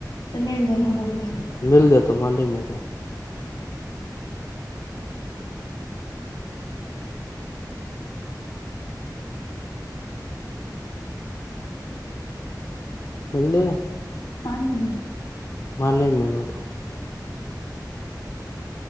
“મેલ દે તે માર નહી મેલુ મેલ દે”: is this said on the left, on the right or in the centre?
Left